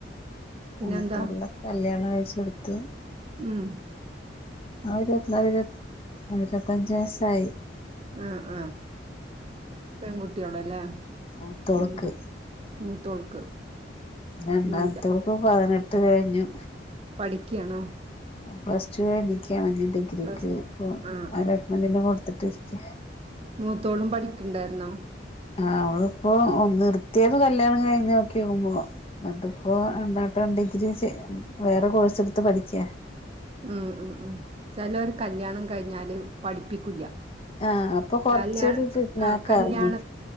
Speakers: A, on the right (about 30°); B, on the left (about 30°).
A: പിന്നെന്താ
B: മത്തുള്ളിലെ കല്യാണം കഴിച്ചെടുത്ത്
A: മം
B: ആയിരത്തിയി ആയിപത്തഞ്ച വയസ്സായി
A: ആഹ ആഹ പെൺകുട്ടികളല്ലേ
B: ഓ തൊളുക്ക്
A: ഉം മൂത്തോൾക്ക്
B: രണ്ടാമത്തെേർക്ക്
A: ഉം
B: പതിനെട്ട് കഴിഞ്ഞു
A: പഠിക്കണോ
B: പ്ലസ് ടു ആയി വല ഡിഗ്രിക്ക്
A: പ്ലസ് ആഹ്
B: ഇപ്പഡ്മന്ന്നെ
A: ആഹ്
B: കൊടുത്തിട്ടിരിക്ക
A: മൂത്തോളം പഠിക്കണ്ടായിരുന്നോ
B: ആ അവള ഇപ്പോൊ ഒന്ന നിർത്തിയത് കല്യാണം കഴിഞ്ഞ് നോക്കിക്കുമ്പോ എന്നിട്ടിപ്പോ എ കേട്ട ഡിഗ്രി വേറെ കോഴ്സ് എടുത്ത് പഠിക്ക
A: ഉം ഉം ഉം ചിലർ കല്യാണം കഴിഞ്ഞാല് പഠിപ്പിക്കില്ല
B: ആഹ് അപ്പൊ കൊറച്ചൊരു
A: കല്യാണ
B: പിന്നാക്കാർന്ന്
A: ആ കല്യാണ